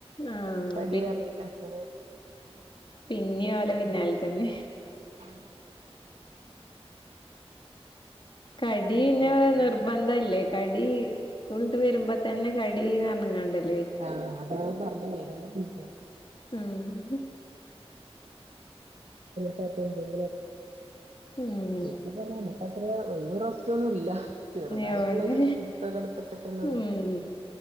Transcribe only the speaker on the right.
പ കടിറിട്ട് അങ്ങനെ
ആ
ആ അതാ പറഞ്ഞ കേര <unintelligible>
ട്ട കൊമ്പും
ശി പറണമ <unintelligible> അത്ര റെസ്റ്റൊന്നും ഇല്ല ചെറുതായിട്ടുള്ളൊ
ഒരു ഇരുത്ത കടത്തൊക്കെ <unintelligible> തന്നെയള്ളു